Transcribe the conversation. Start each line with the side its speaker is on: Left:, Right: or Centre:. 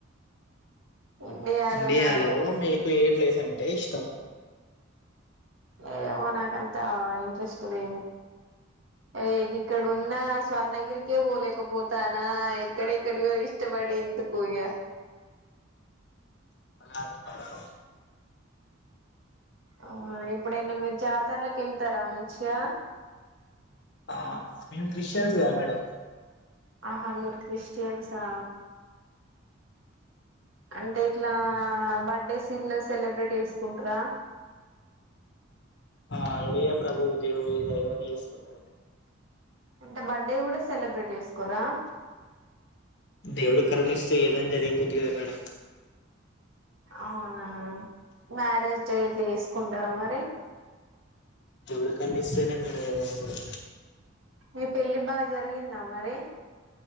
Right: ఇండియాలోనా
Left: ఇండియాలో మీకు ఏ ప్లేస్ అంటే ఇష్టం
Right: ఏమో నాకంతా ఇంట్రెస్ట్ లేవు ఏ ఇక్కడున్నా స్వర్ణగిరికే పోలేకపోతానా ఎక్కడెక్కడియో ఇష్టపడేందుకు ఇగ
Left: అట్లానా
Right: ఆ ఎప్పుడైనా మీరు జాతరలకి వెళ్తారా మ చ్చ
Left: ఆ మేము క్రిస్టియన్స్ కదా మేడం
Right: ఆహా మీరు క్రిస్టియన్సా అంటే ఇట్లా బర్డేస్ ఇట్ల సెలబ్రేట్ చేసుకుంట్రా
Left: ఆ అడియే ప్రభు దేవు <unintelligible> దైవని చేస్తున్నారు
Right: అంటే బర్త్డే కూడా సెలబ్రేట్ చేస్ కొరా
Left: దేవుడు కరుణిస్తే ఏదైనా జరిగిపొద్ది కదా మేడం
Right: అవునా మ్యారేజ్ డేట్లు తీసుకుంటారా మరి
Left: దేవుడు కరుణిస్తేనే మేడమ్ ఏదైనా కూడా
Right: మీ పెళ్ళి బాగా జరిగిందా మరి